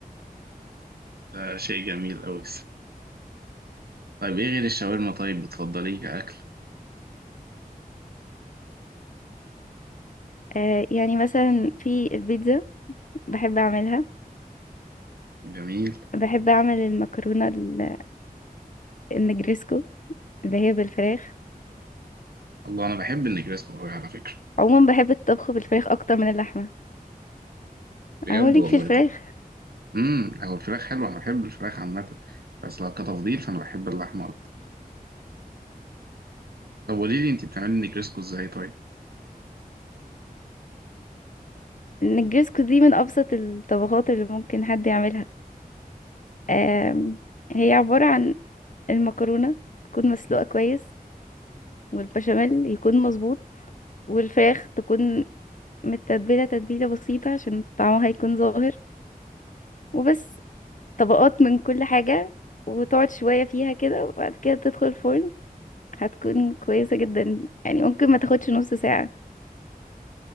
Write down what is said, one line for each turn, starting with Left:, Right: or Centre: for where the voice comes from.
Right: ده شيء جميل أوي طيب إيه غير الشاورما طيب بتفضليه كأكل؟
Left: آه يعني مثلا في البيتزا بحب أعملها
Right: جميل
Left: بحب أعمل المكرونة ال- النجريسكو اللي هي بالفراخ
Right: الله أنا بحب النجريسكو أوي على فكرة
Left: عموما بحب الطبخ بالفراخ اكتر من اللحمه
Right: بجد
Left: اهو ليك
Right: والله
Left: في الفراخ
Right: طبعا امم هو الفراخ حلوة أنا بحب الفراخ عامة بس لو كتفضيل فأنا بحب اللحمة أكتر طب قولي لي أنت بتعملي النجريسكو إزاي طيب؟
Left: النجرسكو دي من ابسط الطبخات اللي ممكن حد يعملها آم، هي عباره عن المكرونه تكون مسلوقه كويس والبشاميل يكون مظبوط والفراخ تكون متتبله تتبيله بسيطه عشان طعمها يكون ظاهر وبس طبقات من كل حاجه وتقعد شويه فيها كده وبعد كده تدخل الفرن هتكون كويسه جدا يعني ممكن ما تاخدش نص ساعه